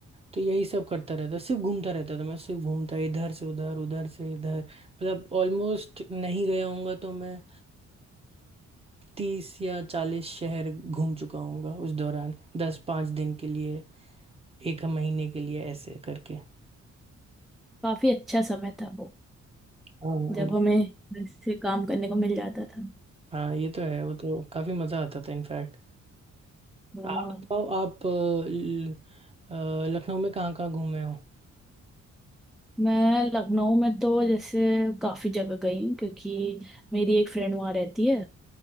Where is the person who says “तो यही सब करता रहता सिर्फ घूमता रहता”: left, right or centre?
Right